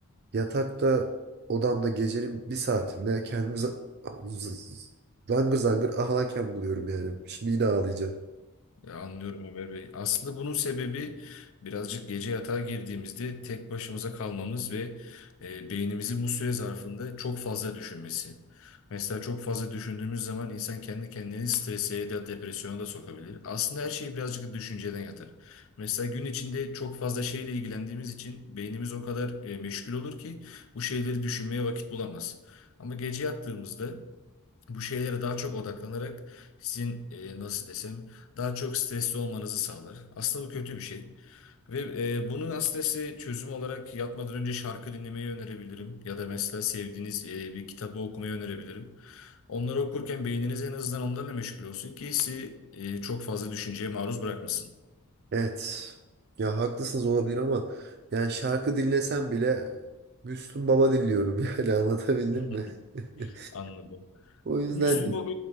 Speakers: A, on the right (about 45°); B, on the left (about 65°).
A: yatakta odamda gecenin bir saatinde kendimi za- z- z- zangır zangır ağlarken buluyorum yani. Şimdi yine ağlayacağım.
B: Ya Anlıyorum Ömer Bey. Aslında bunun sebebi birazcık gece yatağa girdiğimizde tek başımıza kalmamız ve e, beynimizin bu süre zarfında çok fazla düşünmesi. Mesela çok fazla düşündüğümüz zaman insan kendi kendini strese ya da depresyona da sokabilir. Aslında her şey birazcık da düşünceden yatar. Mesela gün içinde çok fazla şeyle ilgilendiğimiz için beynimiz o kadar e, meşgul olur ki bu şeyleri düşünmeye vakit bulamaz. Ama gece yattığımızda bu şeylere daha çok odaklanarak sizin e, nasıl desem daha çok stresli olmanızı sağlar. Aslında bu kötü bir şey. Ve e, bunun aslında size çözüm olarak yatmadan önce şarkı dinlemeyi önerebilirim. Ya da mesela sevdiğiniz e, bir kitabı okumayı önerebilirim. Onları okurken beyniniz en azından onlarla meşgul olsun ki sizi e, çok fazla düşünceye maruz bırakmasın.
A: Evet. Ya haklısınız olabilir ama yani şarkı dinlesem bile Müslüm Baba dinliyorum <laughs> yani anlatabildim
B: <laughs>
A: mi? <laughs>
B: Anladım.
A: O yüzden
B: Bu Müslüm Baba...